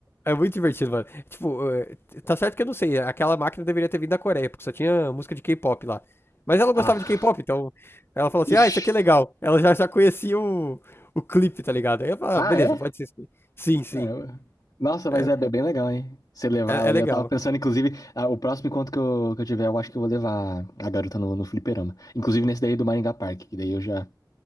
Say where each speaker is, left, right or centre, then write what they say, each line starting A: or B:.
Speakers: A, on the left (about 30°); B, on the left (about 55°).
A: É muito divertido, mano. Tipo, eh, tá certo que eu não sei, aquela máquina deveria ter vindo da Coreia, porque só tinha música de K-pop lá. Mas ela
B: Ah,
A: gostava de K-pop, então ela falou assim:
B: ixi.
A: ah, isso aqui é legal. Ela já, já conhecia o, o clipe, tá ligado? Aí eu falei:
B: Ah,
A: ah, beleza,
B: é?
A: pode ser isso aqui. Sim, sim.
B: Caramba. Nossa, mas
A: É,
B: é bem legal, hein? Você levar
A: é,
B: ela ali.
A: é legal.
B: Eu tava pensando, inclusive, ah, o próximo encontro que eu, que eu tiver, eu acho que eu vou levar a garota no, no fliperama. Inclusive nesse daí do Maringá Park, que daí eu já,